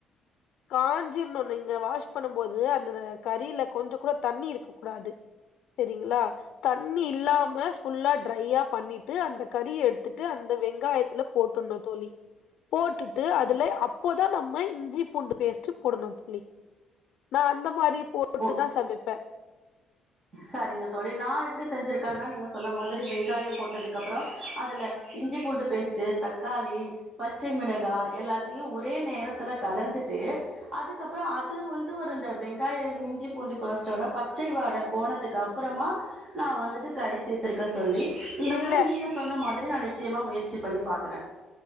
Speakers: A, on the left; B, on the right.
A: காஞ்சிர்னு நீங்க வாஷ் பண்ணும் போது அந்த கறில கொஞ்சோ கூட தண்ணி இருக் கூடாது சேரிங்ளா தண்ணி இல்லாம ஃபுல்லா ட்ரையா பண்ணிட்டு அந்த கறிய எடுத்துட்டு அந்த வெங்காயத்துல போட்டுனு தோழி போட்டுட்டு அதுல அப்போதா நம்ம இஞ்சி பூண்டு பேஸ்ட்டு போடணு தோழி நா அந்த மாரி போட்டுட்டுதா
B: ஓ
A: சமைப்ப
B: சரிங்க தோழி நா எப்டி செஞ்சிருக்கேன்னா நீங்க சொன்ன மாதிரி வெங்காயம் போட்டதுக்கு அப்புறோ அதுல இஞ்சி பூண்டு பேஸ்ட்டு தக்காளி பச்சை மிளகா எல்லாத்தையு ஒரே நேரத்துல கலந்துட்டு அதுக்கப்புறோ அது வந்து ஒரு இந்த வெங்காய இஞ்சி பூண்டி பேஸ்டோட பச்சை வாட போனதுக்கு அப்புறமா நா வந்துட்டு கறி சேர்த்துருக்க சொல்லி இந்த
A: இல்ல
B: முறை நீங்க சொன்ன மாதிரி நா நிச்சயமா முயற்சி பண்ணி பாக்குற